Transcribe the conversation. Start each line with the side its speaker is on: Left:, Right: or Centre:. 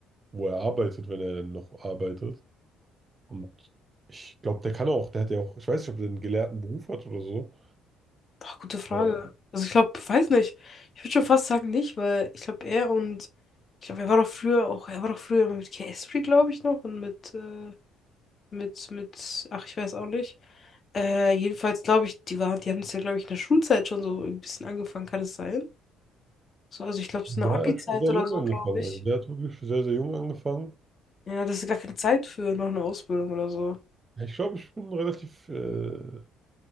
Right: wo er arbeitet, wenn er denn noch arbeitet. Und ich glaube, der kann auch, der hat ja auch, ich weiß nicht, ob der einen gelehrten Beruf hat oder so.
Left: boah, gute Frage.
Right: Äh,
Left: Also ich glaube, weiß nicht. Ich würde schon fast sagen nicht, weil ich glaube, er und ich glaube, er war doch früher auch, er war doch früher immer mit K-Esprit, glaube ich, noch und mit, äh, mit, mit, ach, ich weiß auch nicht. Äh, jedenfalls glaube ich, die waren, die haben es ja, glaube ich, in der Schulzeit schon so ein bisschen angefangen, kann es sein? So, also ich glaube, es ist eine
Right: Ja,
Left: Abi-Zeit
Right: er hat schon sehr
Left: oder
Right: jung
Left: so,
Right: angefangen.
Left: glaube ich.
Right: Also der hat wirklich sehr, sehr jung angefangen.
Left: Ja, das ist gar keine Zeit für noch eine Ausbildung oder so.
Right: Ja, Ich glaube, ich bin relativ, äh,